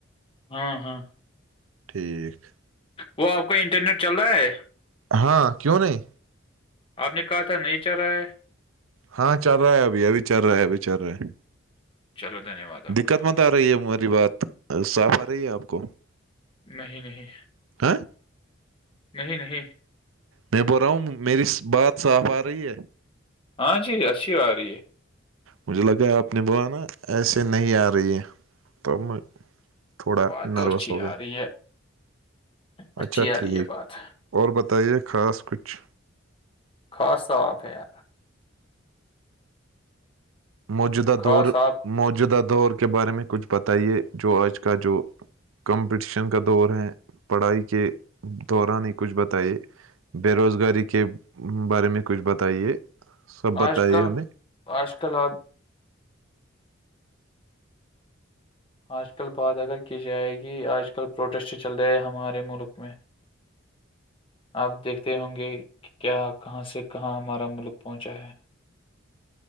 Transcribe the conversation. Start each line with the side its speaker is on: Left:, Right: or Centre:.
Left: ہاں ہاں
Right: ٹھیک
Left: وہ آپ کا انٹرنیٹ چل رہا ہے
Right: ہاں کیوں نہیں
Left: آپ نے کہا تھا نہیں چل رہا ہے
Right: ہاں چل رہا ہے ابھی ابھی چل رہا ہے ابھی چل رہا ہے
Left: چلو دھنیہ واد آپ
Right: دقت
Left: کا
Right: مت آ رہی ہے ہماری بات صاف آ رہی ہے آپ کو
Left: نہیں نہیں
Right: ہاں
Left: نہیں نہیں
Right: میں بول رہا ہوں میری بات صاف آ رہی ہے
Left: ہاں جی اچھی آ رہی ہے
Right: مجھے لگا آپ نے بولانا ایسے نہیں آ رہی ہے تو میں تھوڑا
Left: بات تو
Right: نروس
Left: اچھی
Right: ہو
Left: آ
Right: گئے
Left: رہی ہے اچھی
Right: اچھا
Left: آ
Right: ٹھیک
Left: رہی ہے بات
Right: اور بتائیے خاص کچھ
Left: خاص صاف ہے یار
Right: موجودہ
Left: خاص
Right: دور
Left: آپ
Right: موجودہ دور کے بارے میں کچھ بتائیے جو آج کا جو کمپٹیشن کا دور ہے پڑھائی کے دوران ہی کچھ بتائیے بے روزگاری کے بارے میں کچھ بتائیے سب بتائیے
Left: آج کل
Right: ہمیں
Left: آج کل آپ آج کل بات اگر کی جائے گی آج کل پروٹیسٹ چل رہے ہیں ہمارے ملک میں آپ دیکھتے ہوں گے کہ کیا کہاں سے کہاں ہمارا ملک پہنچا ہے